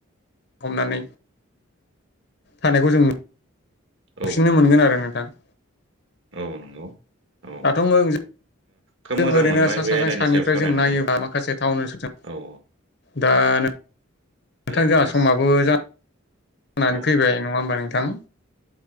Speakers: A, on the left; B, on the right.
A: हमनानै थानायखौ जों नु
B: औ
A: फिननो मोनगोन आरो नोंथां।
B: औ नंगौ। औ
A: दाथ' जों
B: खोब मोजां
A: ओरैनो
B: मोनबाय
A: सा
B: बे
A: साज्रां
B: आयदानि
A: सानिफ्राय
B: सायाव सावरायनानै
A: जों नायोबा माखासे टाउन ओनसोलजों
B: औ ओ
A: दा नोंथां
B: जोंना
A: जोंहा समाबो जानानै
B: औ
A: फैबाय नङा होमबा नोंथां? थां